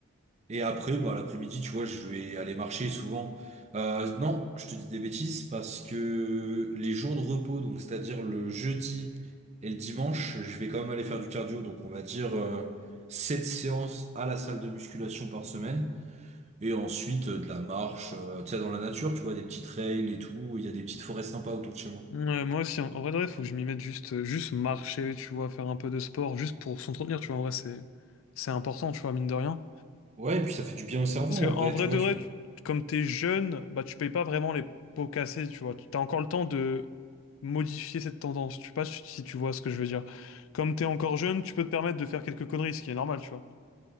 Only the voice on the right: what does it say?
Et après, bah, l'après-midi, tu vois, je vais aller marcher souvent. Euh, non, je te dis des bêtises parce que les jours de repos, donc c'est-à-dire le jeudi et le dimanche, je vais quand même aller faire du cardio. Donc on va dire euh, 7 séances à la salle de musculation par semaine. Et ensuite, euh, de la marche, euh, tu sais, dans la nature, tu vois, des petits trails et tout. Il y a des petites forêts sympas autour de chez moi.
Ouais, et puis ça fait du bien au cerveau
en
vrai,
tu vois,
tu...